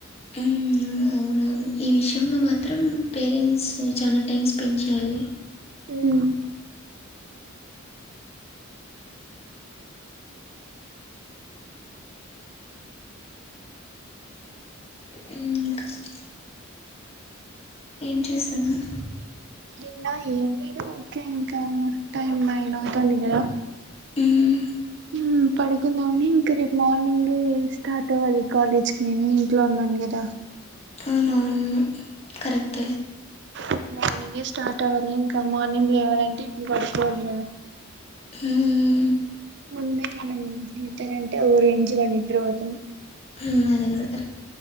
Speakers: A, on the left; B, on the right.
A: ఉమ్ అ అవునవును ఈ విషయంలో మాత్రం పేరెంట్స్ చాలా టైం స్పెండ్ చేయ్యాలి
B: ఉమ్
A: ఉమ్ ఏం చేస్తున్నావ్
B: ఇంగ ఏం లేదు ఓకే ఇంకా టైమ్ నయిన్ అవుతుంది కదా
A: ఉమ్
B: ఉమ్ పడుకుందామని ఇంక రేపు మార్నింగే స్టార్ట్ అవ్వాలి కాలేజ్ కి నేను ఇంట్లో ఉన్నాను కదా
A: అవునువును కరెక్ట్
B: ఉమ్ మార్నింగే స్టార్ట్ అవ్వాలి ఇంకా మార్నింగ్ లేవాలంటే ఇప్పుడు పడుకోవాలి గదా
A: హ్మ్
B: అంతే ఇంగ నిద్దరంటే ఓ రేంజ్ ల నిద్ర పోతాం
A: హ్మ్ అదిగుడ కరెక్ట్